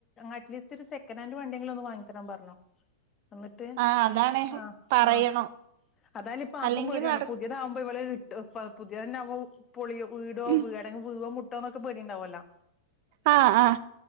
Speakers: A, on the left (about 25°); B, on the right (about 55°).
A: അറ്റ്ലീസ്റ്റ് ഒരു സെക്നെന്റ് വണ്ടി വാങ്ങി തരാൻ പറഞ്ഞോ <unintelligible> എന്നിട്ട്
B: ആഹ് അതാണ്
A: ആ
B: പറയണം
A: ആഹ അതായാല ഇപ്പ ആകുമ്പോഴിയണ്ട
B: അല്ലെങ്കി നട
A: പുതിയത ആകുമ്പോ ഇവള പുതിയ തന്നെ <unintelligible> ആ പുൊളിയോ വീടോ
B: ഉം
A: വ പഴോ മുട്ടോന്നൊക്കെ പടിണ്ടാവല്ലോ
B: ആഹ ആഹ